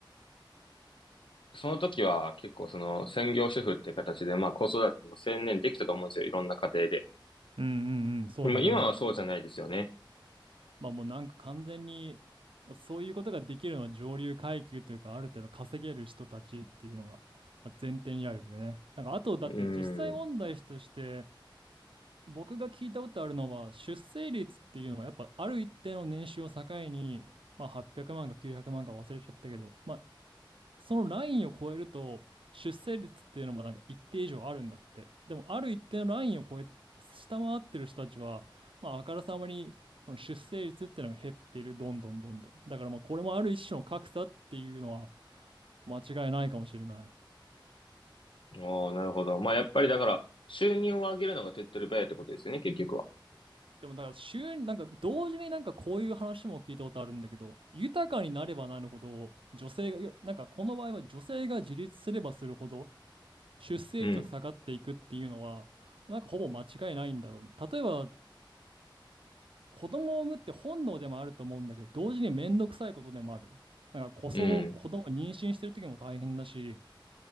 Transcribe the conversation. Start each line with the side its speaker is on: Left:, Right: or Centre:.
Left: その時は結構その専業主婦って形で、まあ子育ても専念できたと思うんですよ。いろんな家庭で。
Right: うん、うんそうだね。
Left: でも今はそうじゃないですよね。
Right: まあもうなんか完全に、まあ、そういうことができるのは上流階級というかある程度稼げる人たちっていうのが、まあ、前提にあるよね。なんかあとだって実際問題として
Left: うん。
Right: 僕が聞いたことあるのは出生率っていうのはやっぱある一定の年収を境に、まあ、800万か900万か忘れちゃったけど、まあ、そのラインを超えると、出生率っていうのもなんか一定以上あるんだって。でも、ある一定のラインを超え、下回ってる人たちは、まあ、あからさまに、その出生率っていうのが減っている、どんどんどんどん。だから、まあ、これもある一種の格差っていうのは、間違いないかもしれない。
Left: ああ、なるほど。まあ、やっぱりだから、収入を上げるのが手っ取り早いってことですよね、結局は。
Right: でもだから週になんか同時になんかこういう話も聞いたことあるんだけど豊かになればなるほど女性がいやなんかこの場合は女性が自立すればするほど出生率は下がっていくっていうのは、
Left: うん。
Right: なんかほぼ間違いないんだろう。例えば、子供を産むって本能でもあると思うんだけど、同時にめんどくさいことでもある。なんかこそ、
Left: うん。
Right: 子供を妊娠してる時も大変だし、